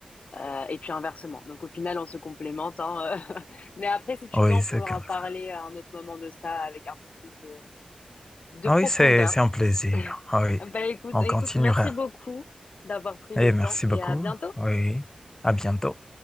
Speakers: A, on the left; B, on the left.
A: Euh, et puis inversement. Donc au final, on se complémente. hein, <laughs> Mais après, si tu
B: Oui,
A: veux, on
B: c'est
A: pourra
B: comme
A: parler
B: ça.
A: à un autre moment de ça avec un peu plus de, de
B: Ah
A: profondeur.
B: Oui, c'est, c'est un plaisir.
A: <laughs>
B: Ah Oui,
A: Bah écoute,
B: on
A: écoute,
B: continuera.
A: merci beaucoup d'avoir pris le
B: Et merci
A: temps et
B: beaucoup.
A: à bientôt.
B: Oui, à bientôt.